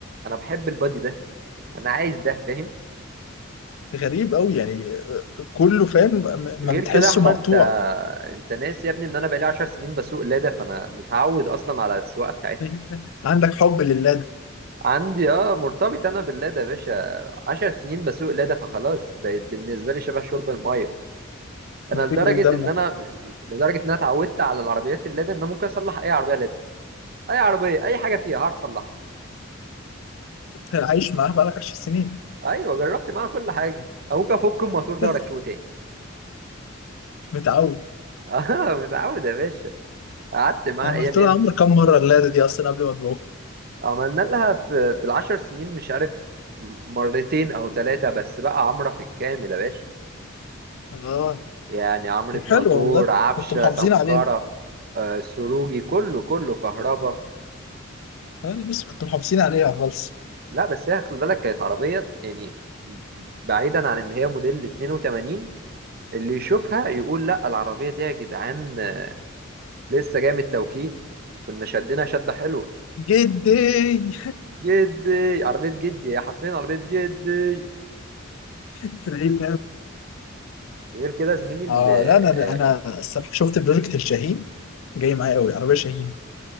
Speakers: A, on the right; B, on the left.
A: انا بحب البادي ده انا عايز ده فاهم
B: غريب قوي يعني آه، كله فاهم م- ما
A: غير
B: بتحسه
A: كده يا احمد
B: مقطوع
A: انت انت ناسي يا ابني ان انا بقالي 10 سنين بسوق لادا فانا متعود اصلا على السواقه بتاعتها
B: <laughs> عندك حب لله ده
A: عندي اه مرتبط انا باللادا يا باشا 10 سنين بسوق لادا فخلاص بقت بالنسبه لي شبه شرب الميه انا
B: بتجري
A: لدرجه
B: في دمه
A: ان انا لدرجه ان انا اتعودت على العربيات اللادا ان انا ممكن اصلح اي عربيه لادا اي عربيه اي حاجه فيها هعرف اصلحها
B: عايش معاه بقالك 10 سنين
A: ايوه جربت معاها كل حاجه أو ممكن افك الموتور ده
B: <laughs>
A: واركبه تاني
B: متعود
A: <laughs> اه متعود يا باشا قعدت معاها
B: عملت
A: ايام
B: لها
A: ياما
B: عمرة كام مرة اللادة دي أصلا قبل ما تبوظ
A: عملنا لها في في العشر سنين مش عارف مرتين او ثلاثة بس بقى عمرة في الكامل يا باشا
B: اه
A: يعني عمرة
B: طب حلو
A: موتور
B: والله
A: عفشة
B: كنتوا محافظين
A: سمكرة
B: عليها
A: آه، سروجي كله كله كهرباء
B: أنا بس كنتوا محافظين عليها خالص
A: لا بس هي خلي بالك كانت عربية يعني بعيدا عن ان هي موديل 82 اللي يشوفها يقول لا العربية دي يا جدعان آه، لسه جاية من التوكيل كنا شدنا شدة حلوة
B: جدي
A: جدي عربية جدي هي حرفيا عربية جدي
B: في العيد
A: غير كده يا زميلي ال-
B: اه لا انا
A: آه،
B: انا الصراحه شفت بروجكت الشاهين جاي معايا قوي عربيه شاهين